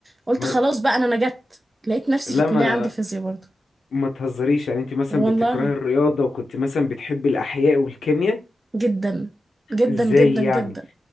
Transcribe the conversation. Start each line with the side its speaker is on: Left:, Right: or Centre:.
Right: قلت
Left: ما...
Right: خلاص بقى أنا نجت لقيت نفسي
Left: لا
Right: في الكلية
Left: ما
Right: عندي فيزياء برضه
Left: ما تهزريش يعني انت مثلا
Right: والله
Left: بتكرهي الرياضة وكنت مثلا بتحب الأحياء والكيمياء
Right: جدا جدا
Left: ازاي
Right: جدا جدا
Left: يعني